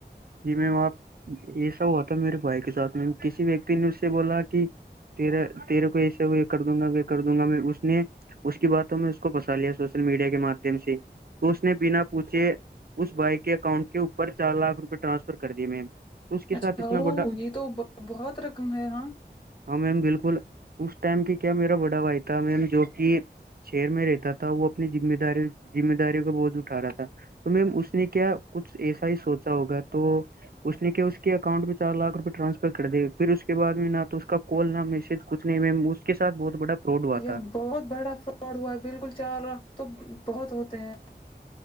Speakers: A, on the right; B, on the left.
A: جی میم آپ یہ سب ہوا تھا میرے بھائی کے ساتھ میم کسی ویکتی نے اس سے بولا کہ تیرا تیرے کو ایسے یہ کر دوں گا وہ کر دوں گا میں اس نے اس کی باتوں میں اس کو پنسا لیا سوشل میڈیا کے مادھیم سے تو اس نے بنا پوچھے اس بھائی کے اکاؤنٹ کے اوپر چار لاکھ روپئے ٹرانسفر کر دیے میم تو اس کے
B: اچھا
A: ساتھ اتنا
B: وہ
A: بڑا
B: یہ تو بہت رقم ہے ہاں
A: ہاں میم بالکل اس ٹائم کی کیا میرا بڑا بھائی تھا میم جو کہ شہر میں رہتا تھا وہ اپنی ذمہ داری ذمہ داریوں کا بوجھ اٹھ رہا تھا تو میم اس نے کیا کچھ ایسا ہی سوچا ہوگا تو اس نے کیا اس کے اکاؤنٹ میں چار لاکھ روپئے ٹرانسفر کر دیئے پھر اس کے بع میں نہ تو اس کا کال نہ میسج کچھ نہیں میم اس کے سھ بہت بڑا پراؤڈ ہوا
B: یہ
A: تھا
B: بہت بڑا فراڈ ہوا بالکل چار رخت تو بہت ہوتے ہیں